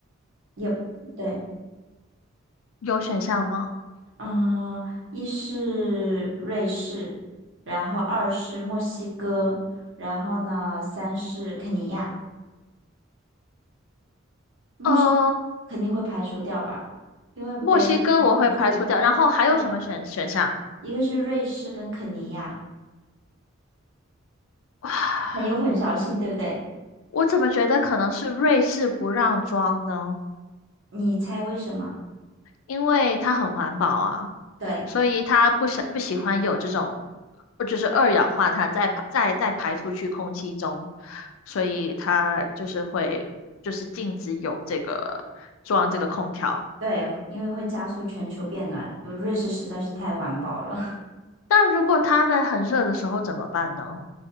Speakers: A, on the right; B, on the left.
A: 也对，
B: 有选项吗？
A: 嗯、一是瑞士，然后二是墨西哥，然后呢，三是肯尼亚。墨西
B: 呃，
A: 肯定会排除掉吧，因为北美经常去。
B: 墨西哥我会排除掉，然后还有什么选选项？
A: 对啊，一个是瑞士跟肯尼亚，
B: <sighs>
A: 很有混淆性，对不对？
B: 我怎么觉得可能是瑞士不让装呢？
A: 你猜为什么？
B: 因为它很环保啊，
A: 对
B: 所以它不想不喜欢有这种，就是二氧化碳再排再再排出去空气中，所以它就是会就是禁止有这个装这个空调。
A: 对，因为会加速全球变暖，瑞士实在是太环保了。
B: 但如果他们很热的时候怎么办呢？